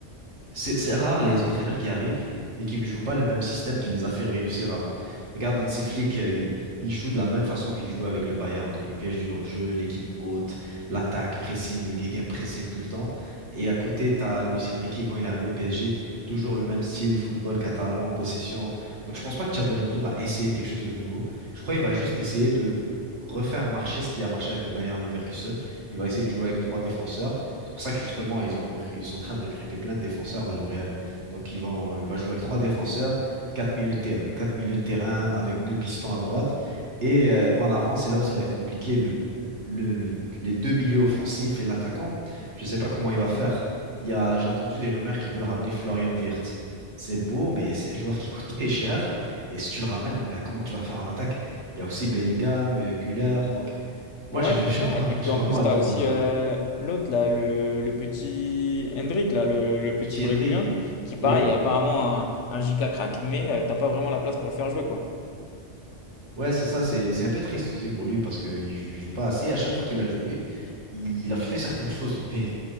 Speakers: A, on the right (about 65°); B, on the left (about 70°).
A: c'est c'est rare les entraîneurs qui arrivent et qui ne jouent pas le même système qui les a fait réussir avant. Regarde, Hansi Flick, euh, il, il joue de la même façon qu'il jouait avec le Bayern. Donc le piège du hors-jeu, l'équipe haute, l'attaque, pressing, le gegenpressing tout le temps. Et à côté, tu as Luis Enrique quand il est arrivé au PSG, toujours le même style, football catalan, possession. Donc je pense pas que Xabi Alonso va essayer quelque chose de nouveau. Je crois qu'il va juste essayer de refaire marcher ce qui a marché avec le Bayern Leverkusen. Il va essayer de jouer avec trois défenseurs c'est pour ça que justement, ils ont recru- ils sont en train de recruter plein de défenseurs, là, le Real. Donc, ils vont, il va jouer avec trois défenseurs, quatre milieux de terrain, quatre milieux de terrain avec deux pistons à droite. Et euh, en avant, c'est là où ça va être compliqué. Le, le, le- les deux milieux offensifs et l'attaquant, je ne sais pas comment il va faire. Il y a, j'ai entendu des rumeurs qu'ils veulent ramener Florian Wirtz. C'est beau, mais c'est un joueur qui coûte très cher. Et si tu le ramènes, ben, comment tu vas faire en attaque? Il y a aussi Bellingham, euh, Güler. Donc, moi,
B: Ouais,
A: j'ai
B: c'est
A: <laughs> j'ai
B: ça.
A: vra-
B: Et puis
A: j'ai
B: en
A: vraiment
B: plus,
A: hâte
B: tu as
A: de
B: aussi
A: voir.
B: euh, l'autre, là, le, le petit Hendrick, là, le, le
A: Le
B: petit
A: petit
B: Brésilien,
A: Hendrick.
B: qui pareil,
A: Oui.
B: est apparemment un, un giga crack, mais tu t'as pas vraiment la place pour le faire jouer, quoi.
A: Ouais, c'est ça. C'est c'est un peu triste aussi pour lui parce qu'il joue il joue pas assez. À chaque fois qu'il a joué, il, il a fait certaines choses. <laughs> Mais